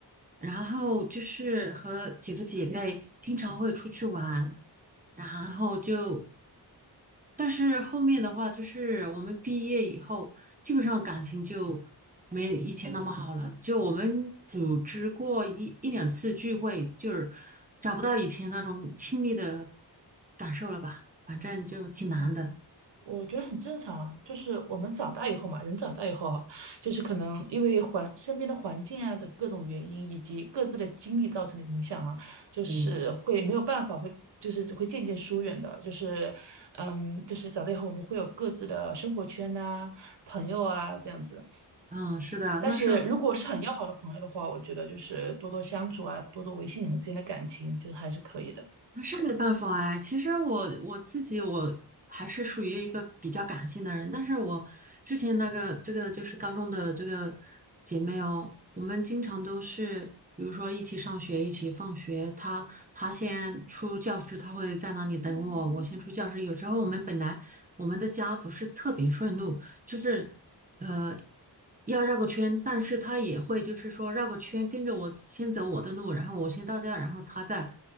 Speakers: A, on the right; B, on the right.
A: 然后就是和几个姐妹经常会出去玩，然后就但是后面的话，就是我们毕业以后，基本上感情就没以前那么好了。就我们组织过一一两次聚会，就是找不到以前那种亲密的感受了吧？反正就挺难的。
B: 嗯，我觉得很正常啊，就是我们长大以后嘛，人长大以后哈，就是可能因为环身边的环境啊等各种原因，以及各自的经历造成的影响啊，就是会没有办法，
A: 嗯，
B: 会就是只会渐渐疏远的，就是，嗯，就是长大以后我们会有各自的生活圈呐、朋友啊这样子，
A: 嗯，是的，
B: 但是如果是很要好的朋友的话，
A: 那时候
B: 我觉得就是多多相处啊，多多维系你们之间的感情，就是还是可以的。
A: 那是没办法哎，其实我我自己我还是属于一个比较感性的人，但是我之前那个这个就是高中的这个姐妹哦，我们经常都是，比如说一起上学，一起放学，她她先出教室，她会在那里等我，我先出教室。有时候我们本来我们的家不是特别顺路，就是呃，要绕个圈，但是他也会就是说绕个圈，跟着我先走我的路，然后我先到家，然后他再